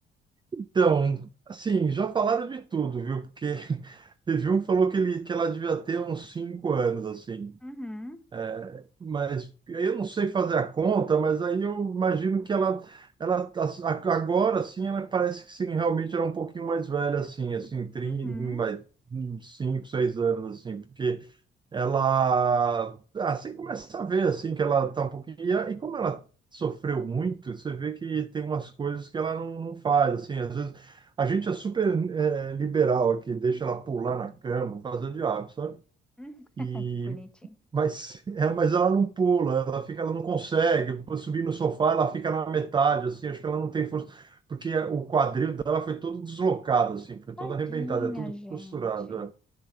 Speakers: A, on the right; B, in the centre.
A: Então, assim, já falaram de tudo, viu? Porque <laughs> teve um que falou que, ele, que ela devia ter uns cinco anos, assim.
B: Uhum.
A: É, mas eu não sei fazer a conta, mas aí eu imagino que ela, ela a- agora, assim, ela parece que sim, realmente era um pouquinho mais velha, assim, assim, 30,
B: Uhum,
A: mais uns cinco, seis anos, assim, porque ela assim começa a ver assim que ela tá um pouquinho e, a- e como ela sofreu muito você vê que tem umas coisas que ela não, não faz assim às vezes a gente é super eh, liberal aqui deixa ela pular na cama fazer o diabo sabe
B: uhum.
A: e
B: <laughs> Que bonitinho.
A: mas <laughs> é, mas ela não pula ela fica ela não consegue subir no sofá ela fica na metade assim acho que ela não tem força porque o quadril dela foi todo deslocado assim foi todo
B: Tadinha,
A: arrebentado é tudo
B: gente.
A: costurado né?